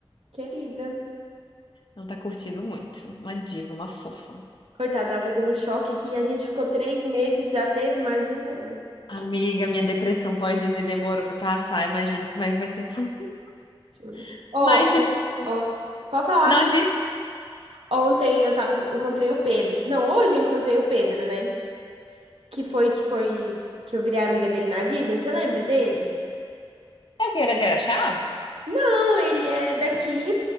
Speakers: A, on the right (about 80°); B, on the left (about 55°).
A: querida.
B: Ela tá curtindo muito. Uma diva, uma fofa.
A: Coitada, ela vai ter um choque aqui. A gente ficou três meses, já teve, imagina eu,
B: Amiga, minha depressão pós-Disney demorou pra passar. Imagino como é que vai ser por mim.
A: juro.
B: <laughs>
A: Ô,
B: Mas, tipo,
A: ó, pode falar.
B: não disse.
A: Ontem eu tava, encontrei o Pedro. Não, hoje eu encontrei o Pedro, né? Que foi que foi que eu virei amiga dele na Disney. Você lembra dele?
B: É o que era de Araxá?
A: Não, ele é daqui,